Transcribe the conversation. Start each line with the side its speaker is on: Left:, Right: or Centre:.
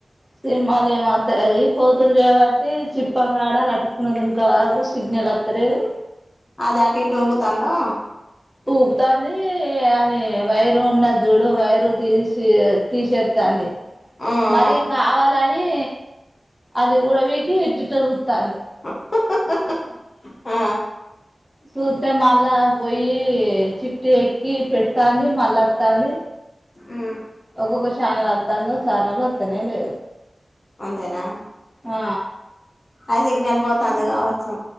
Centre: సినిమాల్ ఏం వాత ది కోతులు చేబట్టి సిప్పకాడ లటుకున్న దుకే వరకు సిగ్నల్ వత్తలేదు
Left: అది అటు ఇటు ఊగుతందో
Centre: ఊపుతాంది అది వైరు ఉన్నది చూడు వైరు తీసి తీసేస్తంది
Left: ఊ
Centre: మరి
Left: ఊ
Centre: కావాలని అది ఉడవికి ఇట్టిట్ట చూస్తుంది
Left: అహహా ఆ
Centre: సూత్తె మల్ల పోయి చిట్టి ఎక్కి పెట్ వత్తాంది మళ్ళ వత్తాంది
Left: ఊ
Centre: ఒక్కొక్క చానలు అత్తాందో చానలు అత్తనేలదు
Left: అంతేనా
Centre: ఆ
Left: ఆ సిగ్నల్ పోతాంది గావచ్చు.